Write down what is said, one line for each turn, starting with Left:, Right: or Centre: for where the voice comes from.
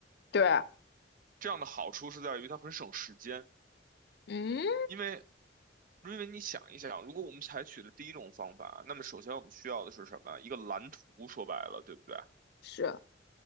Left: 对，
Right: 这样的好处是在于它很省时间，
Left: 嗯
Right: 因为因为你想一想，如果我们采取的第一种方法，那么首先我们需要的是什么？一个蓝图，说白了，对不对？
Left: 是，